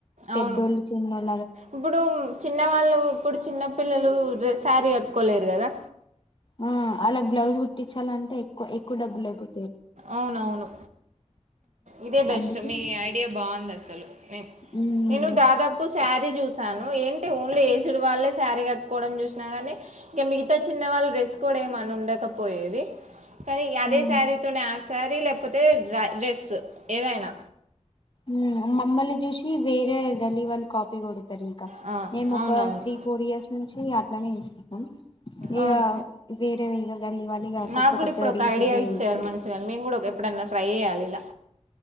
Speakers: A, on the left (about 45°); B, on the right (about 80°).
A: పెద్దోళ్ళు,
B: అవును
A: చిన్నోళ్
B: ఇప్పుడు చిన్న వాళ్ళు ఇప్పుడు చిన్న పిల్లలు డ్రె సారీ క ట్కోలేర్ గదా
A: ఆ ఆళ్ళక్ బ్లౌజ్ కుట్టిచ్చాలంటే ఎక్కువ ఎక్కువ డబ్బులైపో
B: అవునవును. ఇదే బెస్ట్
A: అందుకే
B: మీ ఐడియా బాగుంది అసలు మేం
A: మ్మ్
B: నేను దాదాపు సారీ చూసాను ఏం టి ఓన్లీ ఏజ్డ్ వాళ్ళే శారీ కట్టుకోవడం చూసినా గని ఇగ మిగతా చిన్న వాళ్ళు డ్రెస్ కోడ్ ఏం అని ఉండ కపోయేది కనీ అదే
A: మ్మ్
B: శారీతోనే హఫ్ సారీ లేకపోతే ర డ్రెస్ ఏదైనా
A: మ్ మమ్మల్ని జూసి వేరే గల్లీ వాళ్ళు కాప్ తిప్పి కొడతర్ ఇక
B: అ
A: మేమొకా
B: అవునవును
A: త్రీ, ఫోర్ ఇయర్స్ నుంచి అట్లనే చేస్తున్నం. ఇగ
B: అవును
A: వేరే ఇగ గల్లీ వాళ్ళు ఇగ
B: నాకు
A: కొత్త
B: కూడా
A: కొత్త
B: ఇప్పుడు ఒక
A: రీసెంట్గా
B: ఐడియా ఇచ్చారు
A: చేస్తున్రు.
B: మంచిగా మేము కూడా ఒక- ఎప్పుడన్నా ట్రై చేయాలిలా